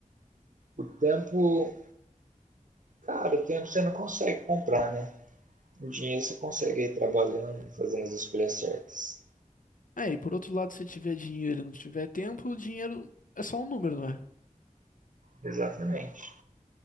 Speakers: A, on the right; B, on the left.
A: O tempo, cara, o tempo você não consegue comprar, né? O dinheiro você consegue ir trabalhando, fazendo as escolhas certas.
B: Aí, por outro lado, se tiver dinheiro e não tiver tempo, o dinheiro é só um número, não é?
A: Exatamente.